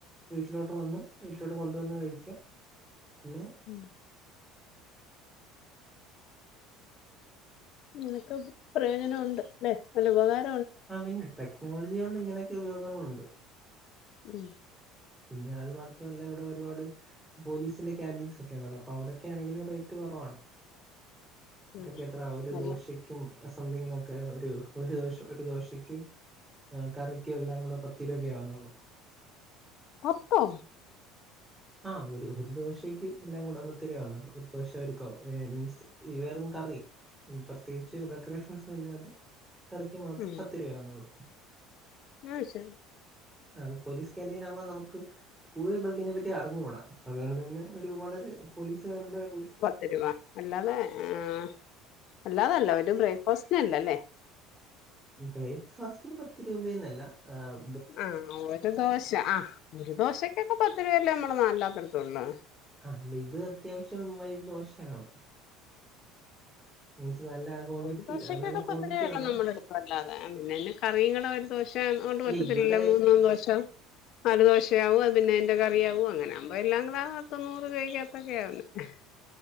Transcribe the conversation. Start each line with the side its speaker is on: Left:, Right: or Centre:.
Right: വീട്ടിലോട്ട് വന്ന് വീട്ടിലോട്ട് കൊണ്ടുവന്ന് കഴിക്കാ പിന്നെ
Left: ഉം നിനക്കും പ്രയോജനം ഒണ്ട്ല്ലെ നല്ല ഉപകാര
Right: ആഹ് പിന്നെ ടെക്നോളജികൊണ്ട് ഇങ്ങനെയൊക്കെ ഉപയോഗങ്ങളുണ്ട്.
Left: ഉം
Right: പിന്നെ അത് മാത്രല്ല ഇവിടെ ഒരുപാട് പോലീസിന്റെ കാന്റീൻസൊക്കെണ്ടല്ലോ അപ്പോ അവിടൊക്കെയാണെങ്കിലും റേറ്റ് കൊറവാണ്.
Left: ഉം
Right: ട്ടെക്കെത്രാ ഒരുദോശക്ക്
Left: നല്ല
Right: ക്കും സംതിങ്ങിനൊക്കെ ഒരു ഒരു ദോശ ഒരു ദോശക്കും ഏഹ് കറിക്കും എല്ലാം കൂടെ പത്തി രൂപക്കെയാവുന്നൊള്ളൂ
Left: പത്തോ?
Right: ആഹ് ഒരു ഒരുദോശക്ക് എല്ലാം കൂടെ പത്ത് രൂപയാവന്നോള്ളൂ ഒരു ദോശ ഒരു ക മീൻസ് ഈ വെറും കറി പ്രത്യേകിച്ച് ഡെക്കറേഷൻസൊന്നുല്ലാതെ കറിക്ക് മാത്രം
Left: ഉം
Right: പത്ത് രൂപയെ ആവുന്നോള്ളൂ
Left: ആഹ് ഷെൽ
Right: അത് പോലീസ്കാന്റീനകുമ്പോ നമുക്ക് കൂടുതൽ പേർക്കതിനെപറ്റി അറിഞ്ഞൂടാ അതുകൊണ്ടെന്നെ ഒരു വളരെ പോലീസുകാരുടെ പോലീസ്
Left: തരുവാ അല്ലാതെ ആഹ് അല്ലാതല്ലാ ഒരു ബ്രേക്ക് ഫാസ്റ്റിനല്ലല്ലേ
Right: ബ്രേക്ക് ഫാസ്റ്റിന് പത്ത് രൂപയെന്നെല്ലാ ഏഹ്
Left: ആഹ് ഒര് ദോശ ആഹ് ഒരു ദോശക്കൊക്കെ പത്ത് രൂപയല്ലേ നമ്മളെ നാട്ടി <unintelligible>
Right: ആഹ് അല്ല ഇത് അത്യാവശ്യം വയി ദോശയാണ് മീൻസ് നല്ല ക്വാണ്ടിറ്റി
Left: ഒരു ദോശക്കൊക്കെ
Right: നല്ല ക്വാണ്ടിറ്റി
Left: പത്തുരൂപയെ ഒള്ളൂ
Right: ഉണ്ടോ
Left: നമ്മടെ അടുത്തും അല്ലാതെ പിന്നെ അയിന് കറീകള് ഒരുദോശെ കൊണ്ട്
Right: അല്ല
Left: ത്തില്ല
Right: ഇവിടെ
Left: മൂന്നും ദോശ നാലുദോശയാവും അത് പിന്നെ അയ്ന്റെ കറിയാവും അങ്ങനാവുമ്പോ എല്ലാം കൂടെ പത്ത് നൂറ് <unintelligible>